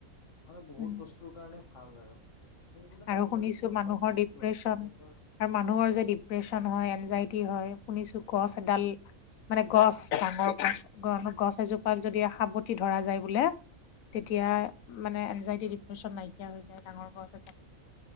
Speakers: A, on the left; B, on the left.
A: মানে বহুত
B: উম।
A: বস্তুৰ কাৰণে ভাল আৰু, সেইবিলাক
B: আৰু
A: আজিকালি
B: শুনিছো
A: ক'ত
B: মানুহৰ
A: পাব
B: ডিপ্ৰেচন
A: লৰা- ছোৱালী
B: আৰু মানুহৰ যে ডিপ্ৰেচন হয় এনজাইটি হয়! শুনিছোঁ গছ এডাল মানে গছ ডাঙৰ গছ- গছ এজোপাত যদি সাৱটি ধৰা যায় বোলে? তেতিয়া মানে এনজাইটি ডিপ্ৰেশছন নাইকিয়া হৈ যায় ডাঙৰ গছ এ